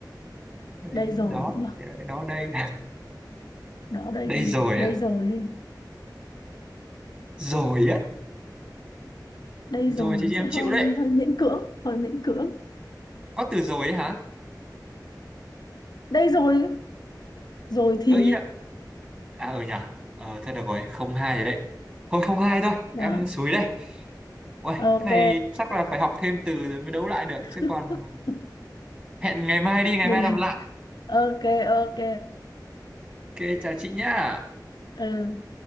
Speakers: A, on the right; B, on the left.
A: đây
B: Đây rồi
A: đó
B: cũng được.
A: Thế đó đây
B: Đó,
A: <laughs>
B: đây
A: đây
B: không
A: rồi
B: được. Đây
A: à
B: rồi đi.
A: rồi á
B: Đây
A: rồi
B: rồi
A: thì
B: nó sẽ
A: em
B: hơi
A: chịu đấy
B: hơi miễn cưỡng, hơi miễn cưỡng.
A: có từ rồi ấy hả
B: Đây rồi, rồi thì...
A: ơ ý đã à ở nhà ờ thôi được rồi không hai rồi đấy thôi không hai thôi
B: Đó,
A: em xúi đây ôi cái
B: ok.
A: này chắc là phải học thêm từ rồi mới đấu lại được chứ
B: <laughs>
A: còn hẹn ngày mai đi ngày
B: được
A: mai làm lại
B: ok ok
A: ok chào chị nhá
B: ừ